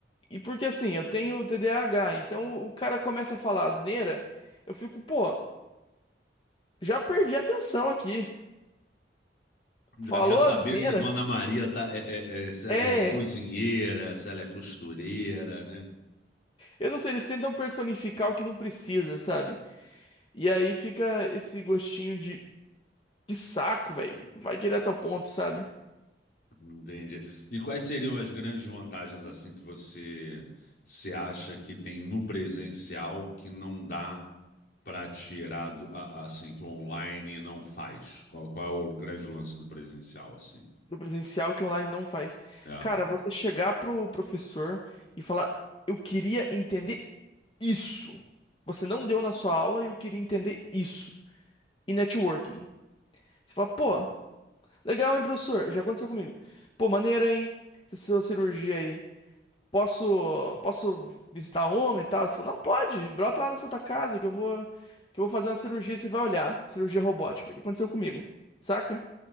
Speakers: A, on the left; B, on the left.
A: E porque assim, eu tenho TDAH, então o cara começa a falar asneira, eu fico, pô, já perdi a atenção aqui. Falou
B: Já quer saber
A: asneira?
B: se Dona Maria tá, é, é- é- se ela
A: É.
B: é cozinheira, se ela é costureira, né?
A: Eu não sei, eles tentam personificar o que não precisa, sabe? E aí fica esse gostinho de, de saco, velho. Vai direto ao ponto, sabe?
B: Entendi. E quais seriam as grandes vantagens assim que você se acha que tem no presencial que não dá para tirar do, a- a- assim que o online não faz? Qual, qual é o grande lance do presencial assim?
A: Do presencial que online não faz.
B: É,
A: Cara, você chegar pro professor e falar, eu queria entender isso. Você não deu na sua aula e eu queria entender isso. E networking. Você fala, pô, legal, hein, professor? Já aconteceu comigo. Pô, maneiro, hein? Essa sua cirurgia aí. Posso, posso visitar homem e tal? Você falou, não, pode. Brota lá na Santa Casa que eu vou, que eu vou fazer uma cirurgia e você vai olhar. Cirurgia robótica. O que aconteceu comigo? Saca?